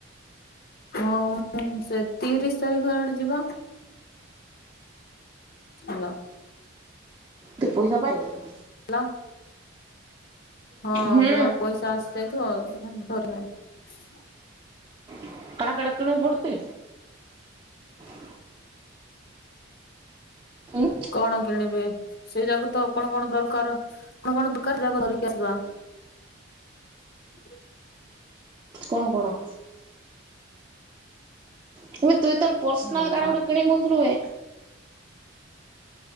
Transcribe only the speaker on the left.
ହଁ ମୁଁ ସେ ତିରିଶ ତାରିଖ ଆଡେ ଯିବା। ହାଲୋ।
ହେଲା ହଁ
ମୋର ପଇସା ଆସିଯାଇଥିବ ଆଉ ଧରିବାନି।
କଣ କିଣିବେ ସେଇ ଯାଗା ତ ଆପଣ କଣ କଣ ଦରକାର କଣ କଣ ଦରକାର ଯାଗା ଧରିକି ଆସିବା। <inaudible>
ହୁଁ